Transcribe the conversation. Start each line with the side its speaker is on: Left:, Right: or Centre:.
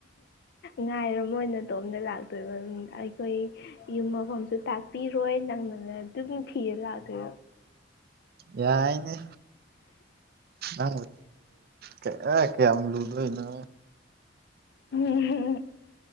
Left: ꯉꯥꯏꯔ ꯑꯣꯏꯅ ꯇꯣꯝꯗ ꯂꯥꯛꯇꯣꯏꯕ ꯑꯩꯈꯣꯏ ꯌꯨꯝ ꯃꯐꯝꯁꯨ ꯇꯥꯛꯄꯤꯔꯣꯏ ꯅꯪ ꯑꯗꯨꯝ ꯃꯤ ꯊꯌ ꯂꯗ
Right: ꯌꯥꯏꯅꯦ ꯑ ꯊ ꯑꯦ ꯀꯌꯥꯝ ꯌꯥꯝ ꯂꯨꯗꯣꯏꯅ
Left: ꯎꯝ